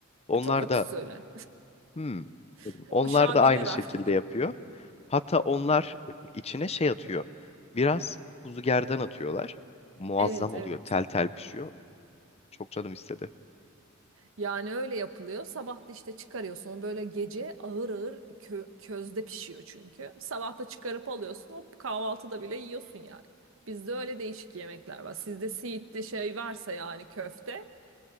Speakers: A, on the left; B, on the right.
A: Onlar
B: E, Tokat
A: da
B: usulü.
A: Hmm.
B: <laughs>
A: dedim. Onlar
B: Uşağı
A: da aynı
B: bilemem.
A: şekilde
B: <laughs>
A: yapıyor. Hatta onlar içine şey atıyor. Biraz kuzu gerdan atıyorlar. Muazzam
B: Evet
A: oluyor.
B: evet.
A: Tel tel pişiyor. Çok canım istedi.
B: Yani öyle yapılıyor. Sabah da işte çıkarıyorsun. O böyle gece ağır ağır kö- közde pişiyor çünkü. Sabah da çıkarıp alıyorsun. Hop kahvaltıda bile yiyorsun yani. Bizde öyle değişik yemekler var. Sizde siitli şey varsa yani köfte.